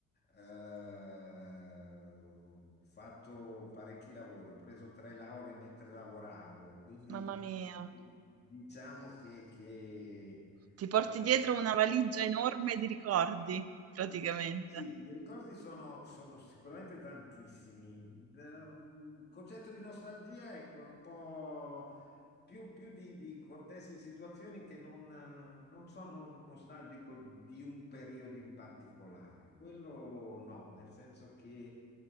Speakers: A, on the left (about 35°); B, on the right (about 55°).
A: Eh, ho fatto parecchi lavori, ho preso tre lauree mentre lavoravo, quindi
B: Mamma mia.
A: Diciamo che, che,
B: Ti porti
A: eh,
B: dietro una valigia enorme di ricordi, praticamente.
A: eh, Sì, i ricordi sono, sono sicuramente tantissimi. Da- mm, Il concetto di nostalgia, ecco, è un po' più, più di, di contesti e situazioni che non, eh, non sono nostalgico di un periodo in particolare. Quello no, nel senso che